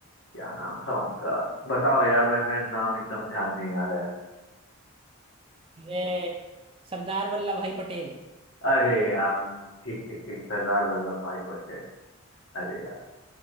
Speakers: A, on the left (about 65°); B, on the right (about 25°).
A: क्या नाम था उनका बताओ यार मैं मैं नाम एकदम ध्यान नहीं आ रहा है
B: अरे सरदार वल्लभ भाई पटेल
A: अरे यार ठीक ठीक ठीक सरदार वल्लभ भाई पटेल अरे यार